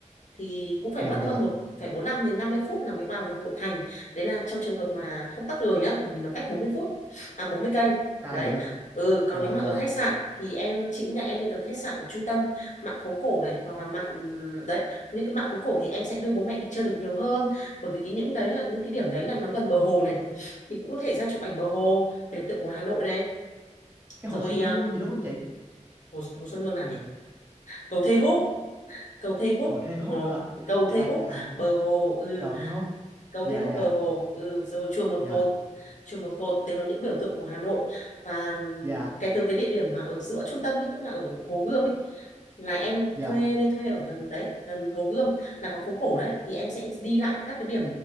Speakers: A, on the left (about 70°); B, on the right (about 15°).
A: thì cũng phải
B: dạ
A: mất
B: dạ,
A: hơn một phải 45 đến 50 phút là mới vào được nội thành đấy là trong trường hợp mà không tắc đường nhá bởi vì nó cách 40 phút à 40 cây
B: ta
A: đấy
B: dữ.
A: ừ còn
B: Dạ
A: nếu mà
B: dạ.
A: ở khách sạn thì em chị nghĩ là em nên ở khách sạn ở trung tâm mạn phố cổ này hoặc là mạn đấy những cái mạn phố cổ thì em sẽ đưa bố mẹ đi chơi được nhiều hơn bởi vì cái những đấy là những cái điểm đấy là nó gần bờ hồ này thì cũng có thể ra chụp ảnh bờ hồ biểu tượng của Hà Nội này
B: Cái
A: rồi
B: hồ Xuân Hương
A: à,
B: gì đúng không chị?
A: hồ, hồ Xuân Hương nào nhỉ cầu Thê Húc cầu Thê Húc
B: Hồ Thê
A: hồ,
B: Húc hả?
A: cầu
B: Dạ
A: Thê Húc
B: à,
A: bờ hồ ừ
B: cầu Thê Húc.
A: cầu
B: Dạ
A: Thế Húc
B: dạ
A: bờ hồ ừ, rồi chùa Một
B: dạ
A: Cột chùa Một Cột đều là những biểu tượng của Hà Nội và
B: dạ
A: cái từ cái địa điểm mà ở giữa trung tâm ấy tức là ở Hồ Gươm ấy là em
B: dạ.
A: thuê nên thuê ở gần đấy gần Hồ Gươm là có phố cổ đấy thì em sẽ đi lại các cái điểm